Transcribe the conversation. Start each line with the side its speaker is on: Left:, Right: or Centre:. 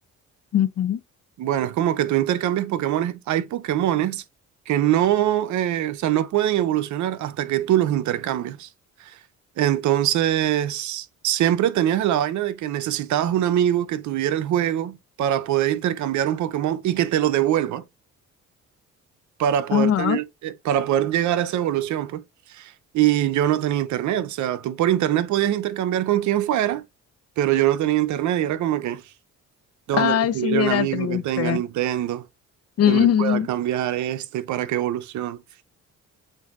Left: Ujú.
Right: Bueno, es como que tú intercambias Pokémones. Hay Pokémones que no, eh, o sea, no pueden evolucionar hasta que tú los intercambias. Entonces, siempre tenías la vaina de que necesitabas un amigo que tuviera el juego para poder intercambiar un Pokémon y que te lo devuelva para poder
Left: Ajá.
Right: tener, eh, para poder llegar a esa evolución, pues. Y yo no tenía internet. O sea, tú por internet podías intercambiar con quien fuera, pero yo no tenía internet y era como que ¿Dónde
Left: Ay,
Right: conseguiré
Left: sí,
Right: un
Left: era
Right: amigo
Left: triste.
Right: que tenga Nintendo
Left: Ujú.
Right: que me pueda cambiar este para que evolucione?